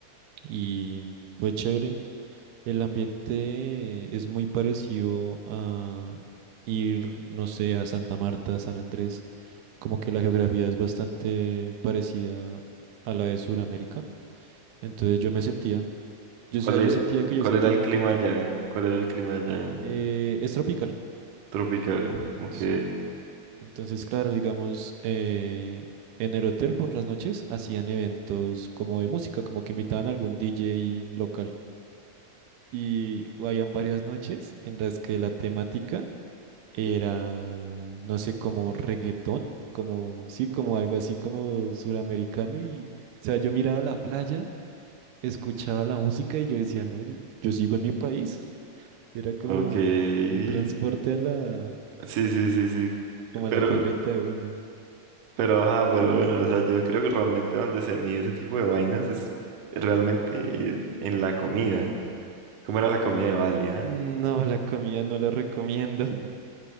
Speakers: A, on the right (about 85°); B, on the right (about 70°).
A: y fue chévere. El ambiente es muy parecido a ir, no sé, a Santa Marta, San Andrés, como que la geografía es bastante parecida a la de Sudamérica. Entonces yo me sentía, yo, o
B: ¿Cuál
A: sea, yo
B: era,
A: sentía que yo
B: cuál
A: sentía
B: era el
A: en mi
B: clima
A: continente.
B: allá? ¿Cuál era el clima allá?
A: Eh, es tropical,
B: Tropical. Ok,
A: sí. Entonces, claro, digamos, eh, en el hotel por las noches hacían eventos como de música, como que invitaban a algún DJ local. Y habían varias noches en las que la temática era, no sé, como reggaetón, como, sí, como algo así como suramericano. Y, o sea, yo miraba la playa, escuchaba la música y yo decía, no, yo, yo sigo en mi país. Era como
B: ok. Sí,
A: un transporte a la,
B: sí, sí, sí.
A: como
B: Pero,
A: a la tierrita de uno.
B: Pero, ajá, pero bueno, o sea, yo creo que realmente donde se mide ese tipo de vainas es realmente eh, en la comida. ¿Cómo era la comida de Bali, ah?
A: No, la comida no la recomiendo <laughs>